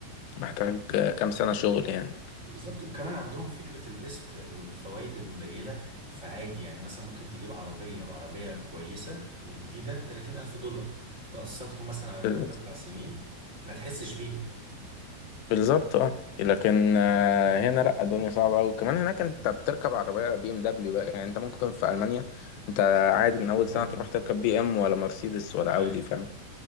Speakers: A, on the left; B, on the right.
A: محتاج آه، كام سنة شغل يعني
B: بالظبط وكمان عندهم فكرة القسط والفوائد القليلة فعادي يعني مثلا ممكن تجيب عربية وعربية كويسة وجديدة بتلاتين ألف دولار تقسطهم مثلا على تلات
A: مم.
B: أربع سنين ما تحسش بيهم يعني
A: بالظبط اه لكن آه، هنا لا الدنيا صعبة أوي كمان هناك أنت بتركب عربية بي إم دبليو بقى يعني أنت ممكن في ألمانيا أنت عادي من أول
B: مم.
A: سنة تروح تركب بي إم ولا مرسيدس ولا
B: أي
A: أودي فاهم